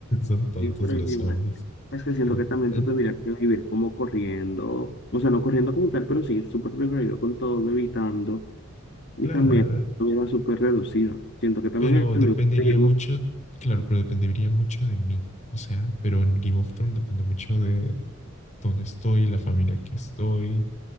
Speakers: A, on the left; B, on the left.
A: Son tontos
B: Sí, pero
A: los
B: igual.
A: zombies.
B: Es que siento que también
A: El-
B: tú tendrías que vivir como corriendo, o sea, no corriendo como tal, pero sí súper precavido con todo, evitando, y
A: Claro,
B: también una vida súper reducida. Siento que también
A: pero
B: en
A: dependería
B: el tenemos,
A: mucho, claro, pero dependería mucho de mí. O sea, pero en Game of Thrones depende mucho de dónde estoy, la familia que estoy,